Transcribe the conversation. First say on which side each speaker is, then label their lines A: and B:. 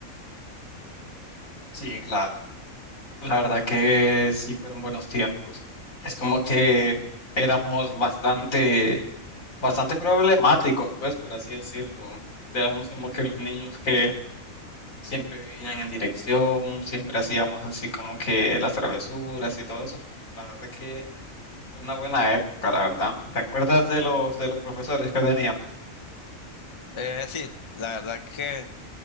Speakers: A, on the left (about 80°); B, on the left (about 25°).
A: Sí, claro. La verdad que sí fueron buenos tiempos. Es como que éramos bastante, bastante problemáticos, pues, por así decirlo. Éramos como que los niños que siempre vivían en dirección, siempre hacíamos así como que las travesuras y todo eso. pero La verdad que fue una buena época, la verdad. ¿Te acuerdas de los, de los profesores que teníamos?
B: Eh, sí, la verdad que